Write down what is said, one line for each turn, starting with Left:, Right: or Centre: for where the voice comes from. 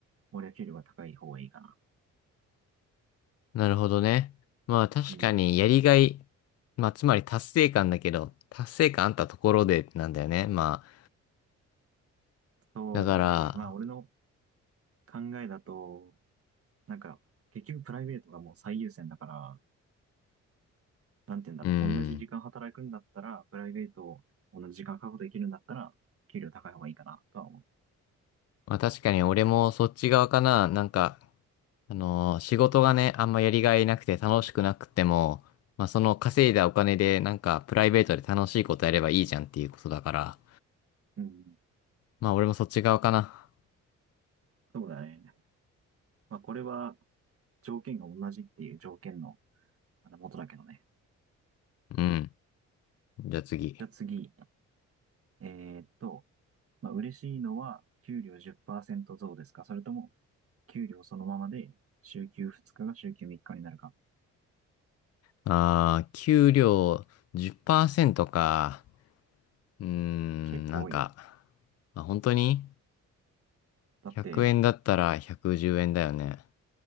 Right: 俺は給料が高い方がいいかな。
Left: なるほどね。まあ確かにやりがい、
Right: うん。
Left: まあつまり達成感だけど、達成感あったところでなんだよね。まあ、
Right: そうだね。
Left: だから、
Right: まあ、俺の考えだと、なんか、結局プライベートがもう最優先だから、なんて言うんだろう。
Left: うん。
Right: 同じ時間働くんだったら、プライベートを同じ時間確保できるんだったら、給料高い方がいいかな、とは思
Left: まあ確かに俺もそっち側かな。なんか、あのー仕事がね、あんまやりがいなくて楽しくなくても、まあその稼いだお金でなんかプライベートで楽しいことやればいいじゃんっていうことだから、
Right: う。うん。
Left: まあ俺もそっち側かな。
Right: そうだね。まあ、これは条件が同じっていう条件のあの元だけどね。
Left: うん。じゃあ次。
Right: じゃあ次。えーっと、まあ、嬉しいのは給料10%増ですかそれとも給料そのままで週休2日が週休3日になるか
Left: ああ、給料10%か。うーん、
Right: 結構多いよ。
Left: なんか、まあ、本当に
Right: だって、
Left: ?100 円だったら110円だよね。